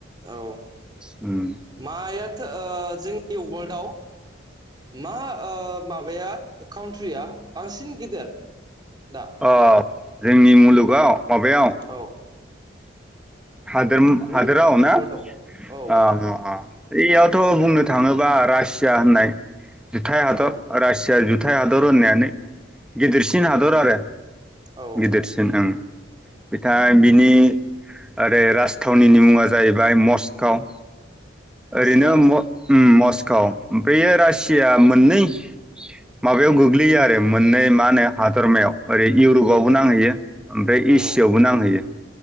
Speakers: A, on the right (about 20°); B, in the centre.
A: औ
B: उम
A: मायाथो ओ जोंनि अवाल्डआव मा ओ माबाया काउनत्रि आ बांसिन गेदेर? दा
B: अ जोंनि मुलुगाव माबायाव
A: औ
B: हादोरम
A: वर्ल्ड
B: हादोराव ना
A: वर्ल्डआव
B: ओ
A: औ
B: उम उम ओयावथ' बुंनो थाङोबा रासिया होननाय जुथाय हादर
A: औ
B: रासि जा जुथाइ हादर होननायानो गिदिरसिन हादर
A: औ
B: आरो
A: औ
B: गिदिरसि दों ओं बिथाय बिनि आरो राजथावनिनि मुङा जाहैबाय मस्काव
A: मस्क'व
B: ओरैनो म उम मस्काव बैयो रासिया मोननै माबायाव गोग्लैयो आरो मोननै मा होनो हादरमायाव। ओरै इउरपबावबो
A: औ
B: नांहैयो ओमफ्राय
A: औ
B: एसियावबो नांहैयो